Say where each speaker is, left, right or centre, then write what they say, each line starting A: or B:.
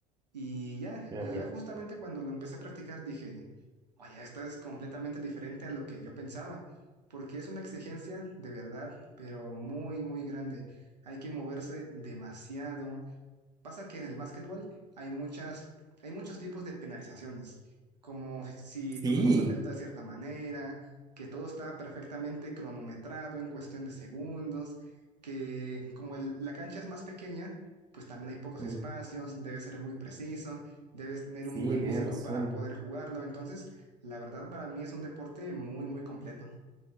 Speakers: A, on the right; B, on the right.
A: Y ya,
B: Claro.
A: y ya justamente cuando lo empecé a practicar dije, Oye, esto es completamente diferente a lo que yo pensaba, porque es una exigencia de verdad, pero muy, muy grande. Hay que moverse demasiado, Pasa que en el básquetbol hay muchas, hay muchos tipos de penalizaciones, como si si
B: Sí,
A: tú tomas la pelota de cierta manera, que todo está perfectamente cronometrado en cuestión de segundos, que como el- la cancha es más pequeña, pues también hay pocos
B: mm,
A: espacios, debes ser muy preciso, debes tener
B: sí,
A: un buen
B: tienes
A: físico
B: razón.
A: para poder jugarlo. Entonces, la verdad para mí es un deporte muy, muy completo.